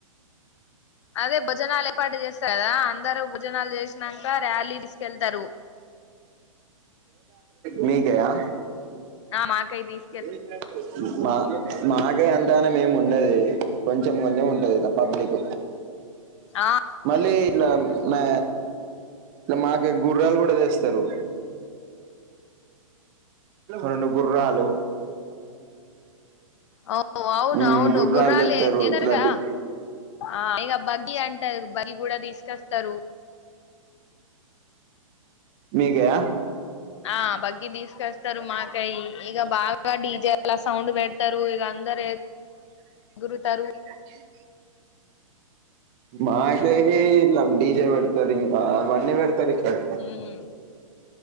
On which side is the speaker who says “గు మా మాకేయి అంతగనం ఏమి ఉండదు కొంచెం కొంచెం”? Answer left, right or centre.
Right